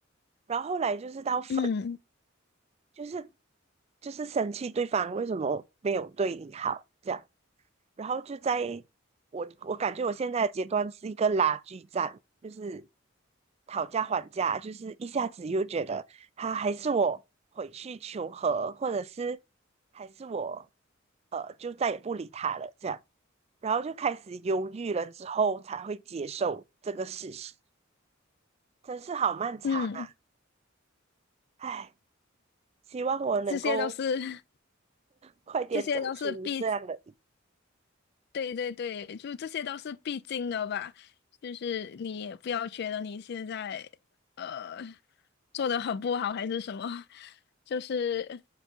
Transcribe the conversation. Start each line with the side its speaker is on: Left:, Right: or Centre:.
Right: 然后后来就是到分，
Left: 嗯
Right: 就是就是生气对方为什么没有对你好。这样。然后就在我我感觉我现在的阶段是一个拉锯战，就是讨价还价，就是一下子又觉得他还是我回去求和，或者是还是我呃就再也不理他了这样，然后就开始犹豫了之后才会接受这个事实，真是好漫长啊！
Left: 嗯，
Right: 唉，希望我能够
Left: 这些都是 <laughs>
Right: 快点走出这样的。
Left: 这些都是必，对对对，就这些都是必经的吧。就是你也不要觉得你现在呃做的很不好还是什么，就是